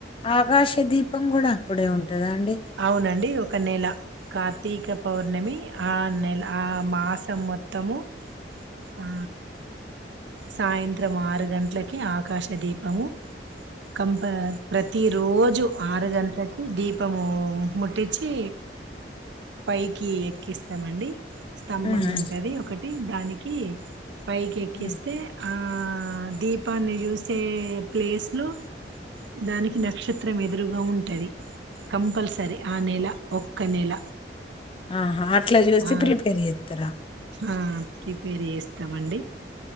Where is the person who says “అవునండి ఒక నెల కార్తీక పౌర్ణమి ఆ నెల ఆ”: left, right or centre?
Right